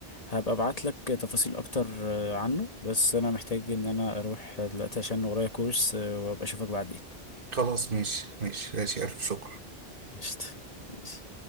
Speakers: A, on the left; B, on the right.
A: هبقى ابعت لك تفاصيل اكتر آه، عنه بس انا محتاج ان انا اروح دلوقتي عشان ورايا كورس آه، وابقى اشوفك بعدين
B: خلاص ماشي ماشي ماشي الف شكر
A: قشطة ماشي.